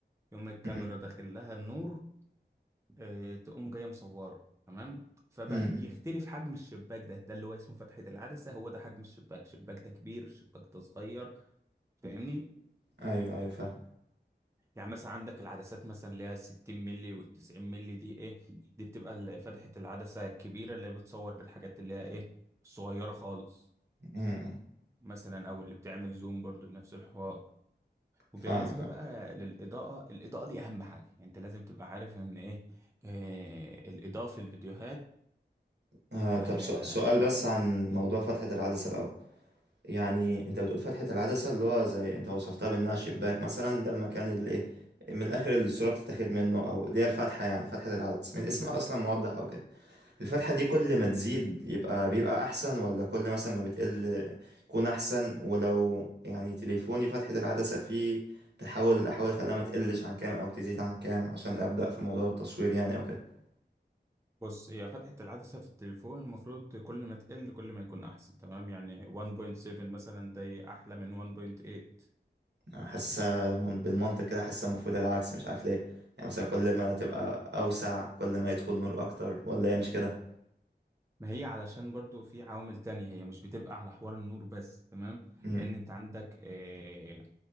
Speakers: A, on the right; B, on the right.
A: يقوم الكاميرا
B: مم.
A: داخل لها النور آه، تقوم جاية مصورة تمام فبقى
B: مم.
A: بيختلف حجم الشباك ده ده اللي هو اسمه فتحة العدسة هو ده حجم الشباك الشباك ده كبير الشباك ده صغير فاهمني
B: ايوه ايوه فاهم
A: يعني مثلا عندك العدسات مثلا اللي هي 60 مللي وال 90 مللي دي ايه دي بتبقى ال- فتحة العدسة الكبيرة اللي هي بتصور الحاجات اللي هي ايه الصغيرة خالص
B: مم.
A: مثلا او اللي بتعمل زوم برضو بنفس الحوار وبالنسبة
B: فاهمك فاهم
A: بقى للإضاءة الإضاءة دي أهم حاجة يعني أنت لازم تبقى عارف إن إيه آه الإضاءة في الفيديوهات
B: آه
A: آه
B: طب سؤ- سؤال
A: يعني
B: بس عن
A: مم.
B: موضوع فتحة العدسة الأول يعني انت بتقول فتحة العدسة اللي هو زي انت وصفتها بانها شباك مثلا ده المكان اللي ايه من الاخر اللي الصورة بتتاخد منه او اللي هي الفتحة يعني فتحة العدسة من
A: مم.
B: اسمها اصلا موضح او كده الفتحة دي كل ما تزيد يبقى بيبقى احسن ولا كل مثلا ما بتقل يكون احسن ولو يعني تليفوني فتحة العدسة فيه تحاول احاول اخليها ما تقلش عن كام او تزيد عن كام عشان ابدأ في موضوع التصوير يعني او كده
A: بص هي فتحة العدسة في التليفون المفروض كل ما تقل كل ما يكون أحسن تمام يعني 1.7 مثلا ده أحلى من 1.8
B: حاسسها من- بالمنطق كده حاسسها المفروض العكس مش عارف ليه يعني مثلا كل ما تبقى أوسع كل ما يدخل نور أكتر ولا هي مش كده
A: ما هي علشان برضو في عوامل تانية هي مش بتبقى على حوار النور بس تمام
B: امم
A: لأن أنت عندك آه،